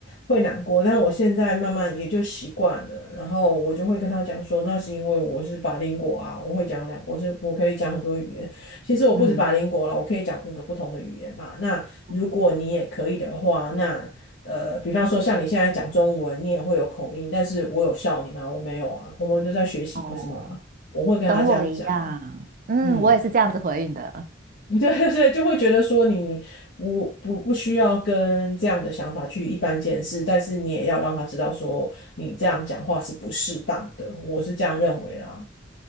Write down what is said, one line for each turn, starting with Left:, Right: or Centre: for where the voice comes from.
Left: 会难过，但我现在慢慢也就习惯了。然后我就会跟他讲说，那是因为我是 b i 果啊，我会讲两，我是我可以讲很多语言。其实我不止法林国了，
Right: 嗯
Left: 我可以讲五个不同的语言嘛。那如果你也可以的话，
Right: 嗯，
Left: 那呃，比方说像你现在讲中文，你也会有口音，但是我有笑你吗？我没有啊，我们都在学习，
Right: 哦。
Left: 不是吗？我会跟他这样讲啊，
Right: 跟我一样，嗯，
Left: 嗯，
Right: 我也是这样子回应的，
Left: <laughs> 对对对，就会觉得说你不不不需要跟这样的想法去一般见识，但是你也要让他知道说你这样讲话是不适当的，我是这样认为啦。